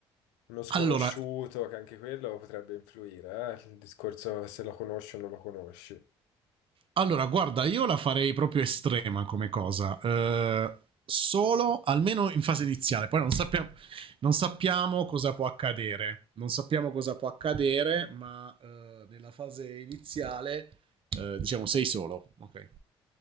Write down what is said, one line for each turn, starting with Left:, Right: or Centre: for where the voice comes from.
Left: uno sconosciuto,
Right: Allora,
Left: che anche quello potrebbe influire, eh, Il discorso se lo conosci o non lo conosci.
Right: Allora, guarda, io la farei proprio estrema come cosa. Eh, solo, almeno in fase iniziale. Poi non sappiamo, non sappiamo cosa può accadere. Non sappiamo cosa può accadere, ma eh, nella fase iniziale, eh, diciamo, sei solo. Ok.